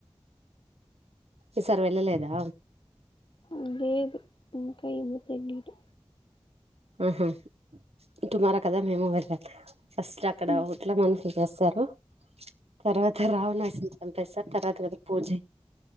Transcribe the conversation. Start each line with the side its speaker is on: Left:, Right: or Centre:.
Right: ఈసారి వెళ్ళలేదా?
Left: అ లేదు ఇంకా ఇవి పెట్టింటే
Right: ఆహా టుమారో కదా మేము వెళ్ళాలి ఫస్ట్ అక్కడ
Left: మ్మ్
Right: ఒట్లా మన ఇతేసారు తర్వాత రావణాసిని చంపెస్తారు తర్వాత కదా పూజె